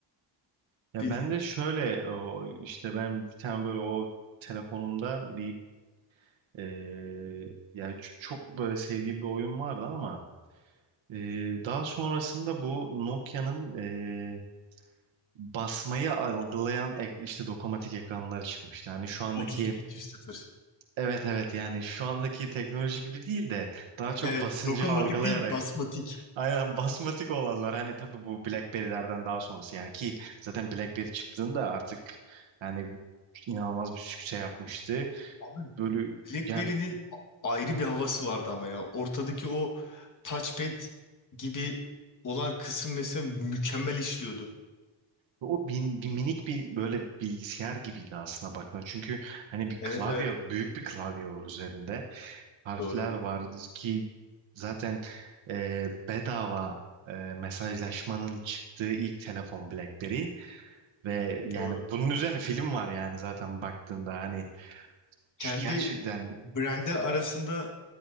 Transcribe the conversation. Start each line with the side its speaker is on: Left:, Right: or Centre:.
Right: Ya
Left: E,
Right: ben de şöyle o, işte ben bir tane böyle o telefonumda bir e, yani ç- çok böyle sevdiğim bir oyun vardı ama Ee, daha sonrasında bu Nokia'nın e, basmayı algılayan ek- işte dokunmatik ekranlar çıkmıştı. Yani şu andaki
Left: 32 çift sıfır.
Right: evet evet yani şu andaki teknoloji gibi değil de daha çok
Left: Evet,
Right: basıncı
Left: dokunmatik
Right: algılayarak
Left: değil, basmatik.
Right: aynen basmatik olanlar hani tabii bu BlackBerry'lerden daha sonrası yani ki zaten BlackBerry çıktığında artık yani inanılmaz bir sükse yapmıştı.
Left: Abi
Right: Böyle
Left: BlackBerry'nin
Right: yani
Left: ayrı bir havası vardı ama ya. Ortadaki o touchpad gibi olan kısım mesela mükemmel işliyordu.
Right: O bin, bir minik bir böyle bilgisayar gibiydi aslına bakma. Çünkü hani bir
Left: Evet
Right: klavye,
Left: evet
Right: büyük bir klavye var üzerinde. Harfler
Left: doğru
Right: var ki zaten e, bedava e, mesajlaşmanın çıktığı ilk telefon BlackBerry ve yani
Left: doğru.
Right: bunun üzerine film var yani zaten baktığında hani
Left: Kendi
Right: şu gerçekten
Left: brandi arasında